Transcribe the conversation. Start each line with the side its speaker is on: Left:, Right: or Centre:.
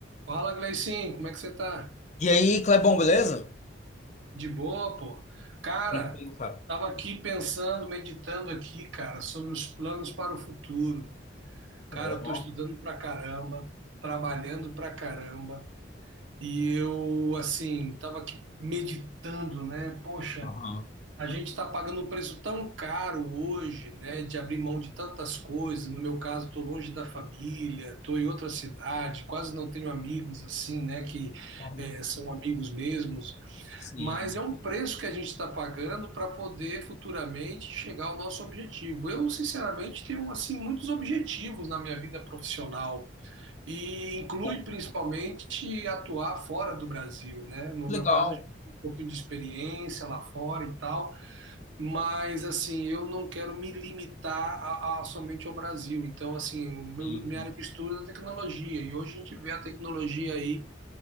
Right: Fala, Gleicinho, como é que você tá?
Left: E aí, Clebão, beleza?
Right: De boa, pô? Cara,
Left: Tranquilo, cara.
Right: tava aqui pensando, meditando aqui, cara, sobre os planos para o futuro. Cara,
Left: Ó,
Right: eu tô estudando pra caramba, trabalhando pra caramba, e eu, assim, tava aqui meditando, né? Poxa,
Left: aham,
Right: a gente tá pagando um preço tão caro hoje, né, de abrir mão de tantas coisas. No meu caso, tô longe da família, tô em outra cidade, quase não tenho amigos assim, né, que
Left: aham,
Right: eh, são amigos mesmos.
Left: sim.
Right: Mas é um preço que a gente está pagando para poder futuramente chegar ao nosso objetivo. Eu, sinceramente, tenho assim muitos objetivos na minha vida profissional e inclui
Left: Bom,
Right: principalmente atuar fora do Brasil, né? No
Left: Legal,
Right: meu caso, eu já tenho um pouquinho de experiência lá fora e tal, mas assim, eu não quero me limitar a, a somente ao Brasil. Então, assim, o meu-
Left: sim.
Right: minha área de estudo é a tecnologia e hoje a gente vê a tecnologia aí